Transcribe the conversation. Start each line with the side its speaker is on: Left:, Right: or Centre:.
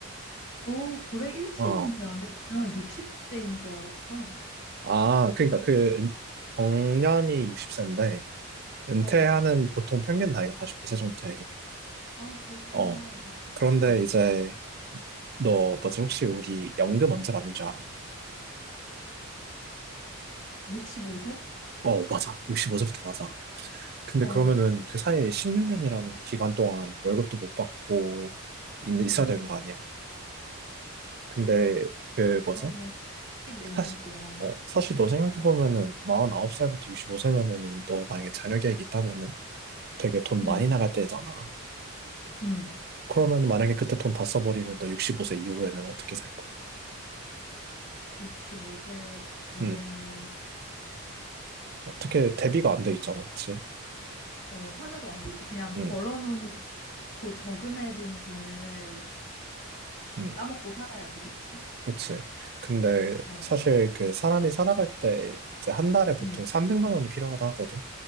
Left: 오, 그래. 일찍
Right: 어,
Left: 은퇴하네. 나는 60세인 줄 알았어.
Right: 아, 그러니까 그, 은- 정년이 60세인데, 은퇴하는
Left: 어.
Right: 보통 평균 나이가 49세 정도 돼.
Left: 아, 그렇구나.
Right: 어. 그런데
Left: 어.
Right: 이제 너 뭐지 혹시 우리 연금 언제 받는 줄 알아?
Left: 65세?
Right: 어, 맞아. 65세부터 맞아. 근데
Left: 어.
Right: 그러면은 그 사이에 16년이라는 기간 동안 월급도 못 받고 있, 있어야
Left: 음.
Right: 되는 거 아니야? 근데 그 뭐지?
Left: 그러네. 15년
Right: 사실
Left: 동안.
Right: 어, 사실 너 생각해보면은
Left: 어,
Right: 49살부터 65세면은 너 만약에 자녀 계획 있다면은 되게 돈
Left: 음,
Right: 많이 나갈 때잖아.
Left: 음.
Right: 그러면 만약에
Left: 그
Right: 그때 돈 다 써버리면 너 65세 이후에는 어떻게 살 거야?
Left: 65세에는
Right: 응. 어떻게 대비가 안 돼 있잖아, 그치?
Left: 어, 하나도 안 되지. 그냥
Right: 응
Left: 벌어놓고 저금해둔 돈을
Right: 응
Left: 까먹고 살아야지, 그치?
Right: 그치. 근데
Left: 어,
Right: 사실 그 사람이 살아갈 때 이제 한 달에 보통
Left: 음,
Right: 300만 원이 필요하다 하거든.